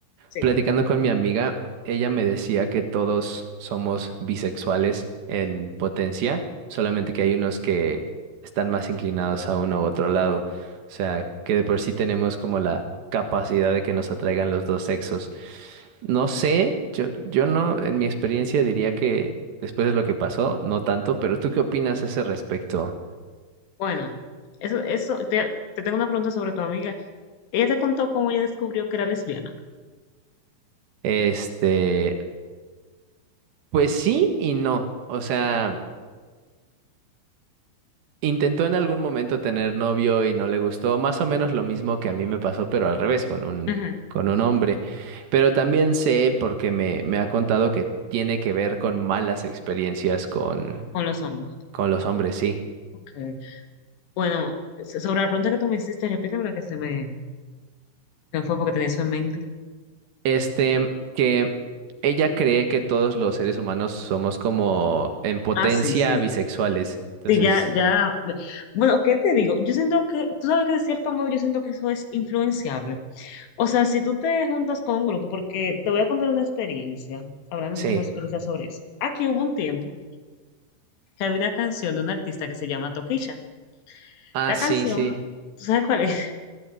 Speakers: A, on the left (about 65°); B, on the right (about 65°).
A: Sí.
B: Platicando con mi amiga, ella me decía que todos somos bisexuales en potencia, solamente que hay unos que están más inclinados a uno u otro lado. O sea, que de por sí tenemos como la capacidad de que nos atraigan los dos sexos. No sé, yo, yo no, en mi experiencia diría que después de lo que pasó, no tanto, pero ¿tú qué opinas a ese respecto?
A: Bueno, eso, eso, te, te tengo una pregunta sobre tu amiga. Ella te contó cómo ella descubrió que era lesbiana.
B: Este, pues sí y no. O sea... Intentó en algún momento tener novio y no le gustó, más o menos lo mismo que a mí me pasó, pero al revés, con un,
A: Ujú,
B: con un hombre. Pero también sé, porque me, me ha contado que tiene que ver con malas experiencias con,
A: Con los hombres.
B: con los hombres, sí.
A: Ok. Bueno, so- sobre la pregunta que tú me hiciste, repíteme repítemela que se me, me fue porque tenía eso en mente.
B: Este, que ella cree que todos los seres humanos somos como en potencia
A: Ah, sí, sí.
B: bisexuales. Entonces,
A: Sí, ya, ya. me- Bueno, ¿qué te digo? Yo siento que, tú sabes que de cierto modo yo siento que eso es influenciable. O sea, si tú te juntas con un grupo, porque te voy a contar una experiencia, hablando
B: sí.
A: si tengo experiencia sobre eso. Aquí hubo un tiempo que había una canción de un artista que se llama Toquilla.
B: Ah,
A: La
B: sí,
A: canción,
B: sí.
A: ¿tú sabes cuál es?